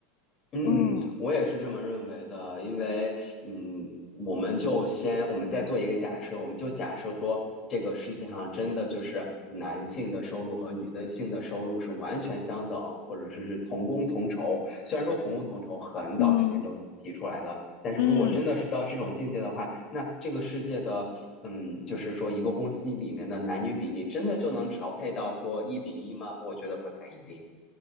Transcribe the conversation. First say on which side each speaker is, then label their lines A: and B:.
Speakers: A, on the left; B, on the left.
A: 嗯，
B: 嗯
A: 我也是这么认为的，因为，嗯，我们就先，我们再做一个假设，我们就假设说，这个世界上真的就是男性的收入和女的性的收入是完全相等，或者说是同工同酬。虽然说同工同酬很早之前就提出来了，
B: 嗯。
A: 但是如果真的是到这种境界的话，
B: 嗯。
A: 那这个世界的，嗯，就是说一个公司里面的男女比例真的就能调配到说一比一吗？我觉得不太一定。